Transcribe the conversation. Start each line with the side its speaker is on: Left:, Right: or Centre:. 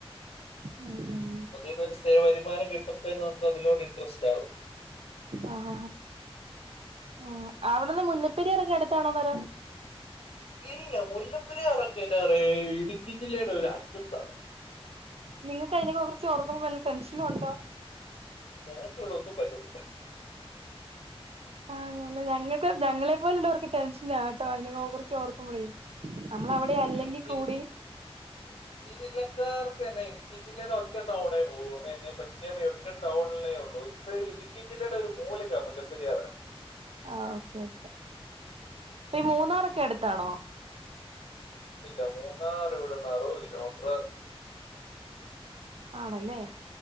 Right: ഉം ഉം
Left: അതീന്നൊരു സ്ഥിര വരുമാം കിട്ടുമ്പഴേ നമുക്ക്തിനോട് ഇൻടറസ്റ്റ് ആകും
Right: ആഹ് ആഹ് അവിടെന്ന് മുല്ലപ്പരിയാറൊക്കെ എടുത്താണോ പെരാ
Left: ഇല്ല മുല്ലപ്പരിയാറൊക്കെ എന്നാ പറയ ഇടുക്കി ജില്ലയുടെ ഒരു അറ്റത്താാണ്
Right: നിങ്ങൾക്ക് അതിനക്കെ കുറിച്ച് ഓർക്കുമ്പോ നല്ല ടെൻഷനും ഉണ്ടോ
Left: ഞങ്ങക് ഇവിടെ ഒന്നും പറ്റത്
Right: ആഹ് ല്ല ഞങ്ങക്ക് ഞങ്ങളെ പോലള്ളവർക്ക് ടെൻഷനാ കേട്ടോ അതിന ഓ കുറിച്ച് ഓർക്കുമ്പളേ അമ്മള അവിടെ അല്ലെങ്കിൽ
Left: ഇടുക്കി
Right: കൂടി
Left: ഈ ജില്ലക്കാർത്ത്ന്നെ ഇട്ക്കി ജില്ലയുടെ ഒറ്റ ടൗണ പോവൂ <unintelligible> പറ്റേ ഒറ്റ ടൗണിലെ <unintelligible> ഇടുക്കി ജില്ലയുടെ ഒരു മൂലക്കാ മുല്ലപ്പെരിയാറെ
Right: ആഹ് ഓക്കെ ഓക്കെ ഇപ്പ ഈ മൂന്നാറൊക്കെ അടുത്താണോ
Left: ഇല്ല മൂന്നാറ് ഇവിടുന്നാറഉപത് കിലോമീറ്റർ
Right: ആണല്ലേ